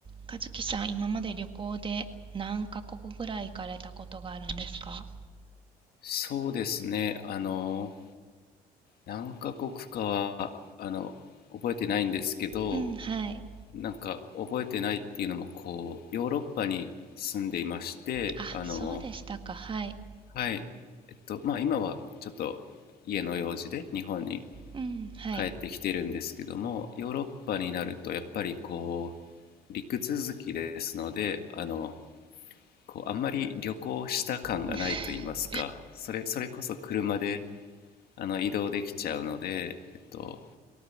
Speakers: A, on the right; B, on the left.
A: 和樹さん、今まで旅行で何カ国ぐらい行かれたことがあるんですか
B: そうですね。あの、何カ国かは、あの、覚えてないんですけど、
A: うん、はい。
B: なんか覚えてないっていうのも、こう、ヨーロッパに住んでいまして、
A: あ、
B: あの、
A: そうでしたか。はい。
B: はい。えっと、まあ今はちょっと家の用事で日本に
A: うん、はい。
B: 帰ってきてるんですけども、ヨーロッパになるとやっぱりこう、陸続きですので、あの、こう、あんまり旅行した感がないと言いますか、
A: <laughs>
B: それ、それこそ車で、あの移動できちゃうので、えっと、